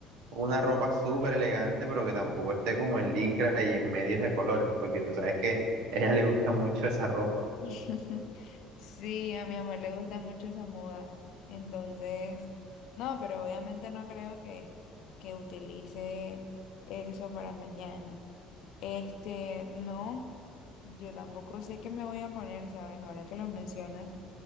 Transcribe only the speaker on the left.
<laughs> Sí, a mi mamá le gusta mucho esa moda. Entonces, no, pero obviamente no creo que, que utilice eso para mañana. Este, no, yo tampoco sé qué me voy a poner, ¿sabes? Ahora que lo mencionas,